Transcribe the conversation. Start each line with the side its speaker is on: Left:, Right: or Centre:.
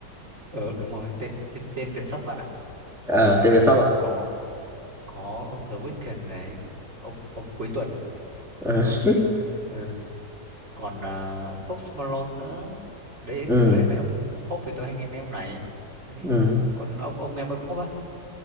Right: ờ đúng rồi tên tên, tên Việt sắp bạn ạ
Centre: À,
Right: ừ,
Centre: tên về sau à?
Right: có có The Weeknd này ông ông cuối tuần
Centre: Ờ,
Right: ờ,
Centre: <laughs>
Right: ờ, còn uh, Post Malone nữa đấy
Centre: Ừ,
Right: mấy mấy ông pop thì tôi hay nghe mấy ông này đấy
Centre: ừ.
Right: còn ông ông nghe mấy pop á